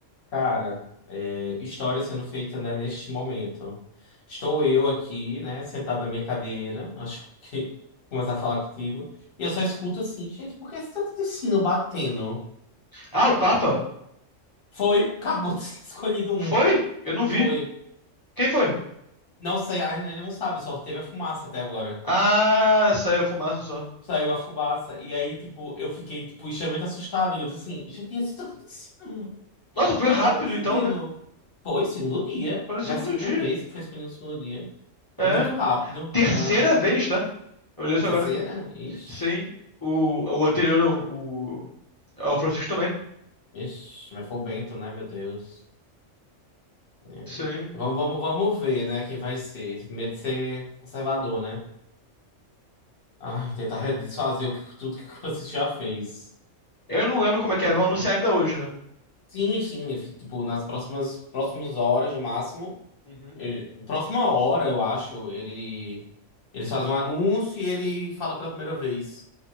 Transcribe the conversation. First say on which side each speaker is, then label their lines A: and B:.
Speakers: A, on the left; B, on the left.
A: Cara, é, história sendo feita, né, neste momento. Estou eu
B: Hum.
A: aqui, né, sentado na minha cadeira, acho que <laughs> começar a falar contigo, e eu só escuto assim, gente, por que esse tanto de sino batendo?
B: Ah, o Papa?
A: Foi, <laughs> acabou de ser <laughs> escolhido um.
B: Foi? Eu não vi.
A: Foi.
B: Quem foi?
A: Não sei, a gente ainda não sabe, só teve a fumaça até agora.
B: Ah, saiu a fumaça só.
A: Saiu a fumaça. E aí, tipo, eu fiquei, tipo, extremamente assustado. Eu disse assim, gente, isso tá acontecendo.
B: Nossa, foi
A: Não tá
B: rápido
A: fazendo sentido.
B: então, né?
A: Foi segundo dia.
B: Foi no segundo
A: Já a segunda
B: dia.
A: vez que foi escolhido no segundo dia.
B: É.
A: Foi muito rápido.
B: Terceira
A: Ah,
B: vez, tá? Eu olhei isso
A: a terceira?
B: agora.
A: Ixi.
B: Sim. O, o anterior, ao- o, o Francisco também.
A: Ixi, mas foi o Bento, né? Meu Deus. É.
B: Sim.
A: Vamos, vamos, vamos ver, né? Quem vai ser. Medo de ser conservador, né? Ai, tentar desfazer o que- tudo que o Francisco já fez.
B: Eu não lembro como é que é. Vão anunciar ainda hoje, né?
A: Sim, sim. Tipo, nas próximas, próximas horas, no máximo.
B: Uhum.
A: eh, próxima hora, eu acho, ele eles fazem um anúncio e ele fala pela primeira vez.